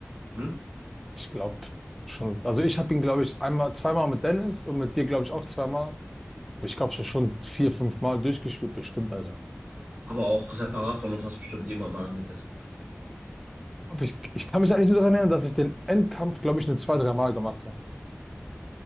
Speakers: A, on the right (about 25°); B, in the centre.
A: Hm?
B: Ich glaube schon. Also ich habe ihn, glaube ich, einmal, zweimal mit Dennis und mit dir, glaube ich, auch zweimal. Ich glaube schon schon vier, fünf Mal durchgespielt, bestimmt, Alter.
A: Aber auch separat von uns hast bestimmt jemand mal angetestet.
B: Aber ich, ich kann mich eigentlich nur daran erinnern, dass ich den Endkampf, glaube ich, nur zwei, drei Mal gemacht habe.